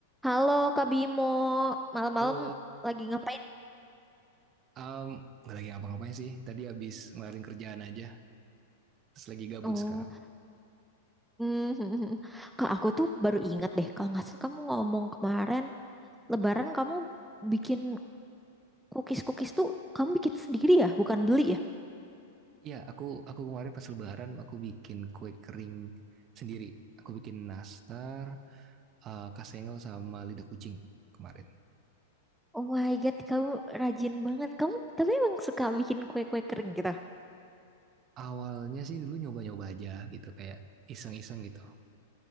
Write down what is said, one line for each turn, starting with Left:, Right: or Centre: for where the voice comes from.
Centre: Halo Kak Bimo, malam-malam
Right: Halo,
Centre: lagi ngapain?
Right: um, nggak lagi ngapa-ngapain sih. Tadi habis ngelarin kerjaan aja, terus lagi gabut
Centre: Oh,
Right: sekarang.
Centre: hmm, <laughs> Kak aku tuh baru ingat deh, kalau nggak salah kamu ngomong kemarin Lebaran kamu bikin cookies-cookies tuh kamu bikin sendiri ya, bukan beli ya?
Right: Iya, aku aku kemarin pas Lebaran aku bikin kue kering sendiri. Aku bikin nastar, eh, kasengel sama lidah kucing kemarin.
Centre: Oh my God, kamu rajin banget. Kamu tapi emang suka bikin kue-kue kering gitu?
Right: Awalnya sih dulu nyoba-nyoba aja gitu, kayak iseng-iseng gitu.